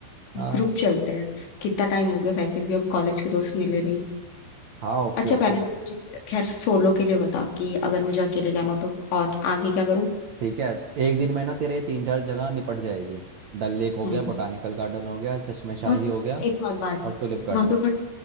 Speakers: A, on the right (about 75°); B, on the left (about 65°).
A: हाँ
B: ग्रुप चलते हैं कितना टाइम हो गया वैसे भी हम कॉलेज के दोस्त मिले नहीं
A: हाँ Okay
B: अच्छा
A: okay
B: पहले तो मुझे खैर सोलो के लिए बता कि अगर मुझे अकेले जाना तो और आगे क्या करूं
A: ठीक है एक दिन में ना तेरे तीन चार जगह निपट जाएगी डल लेक हो
B: हम्म।
A: गया बोटानिकल गार्डन हो गया चश्मे शाही
B: और
A: हो गया
B: एक और बात
A: और टुलिप गार्डन
B: वहां पे बट